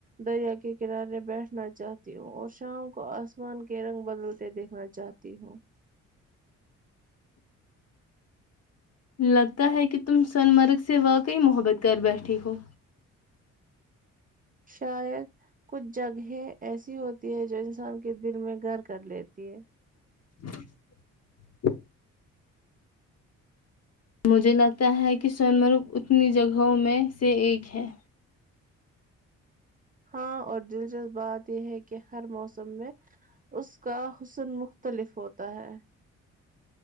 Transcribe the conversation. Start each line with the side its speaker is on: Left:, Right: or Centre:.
Right: دریا کے کنارے بیٹھنا چاہتی ہوں اور شام کو آسمان کے رنگ بدلتے دیکھنا چاہتی ہوں
Left: لگتا ہے کہ تم سنمرگ سے واقعی محبت کر بیٹھے ہو
Right: شاید کچھ جگہیں ایسی ہوتی ہے جو انسان دن میں گھر کا کر لیتی ہے
Left: <inaudible> مجھے لگتا ہے کہ سونمرگ اتنی جگہوں میں سے ایک ہے
Right: ہاں اور دلچسپ بات یہ ہے کہ ہر موسم میں اس کا حسن مختلف ہوتا ہے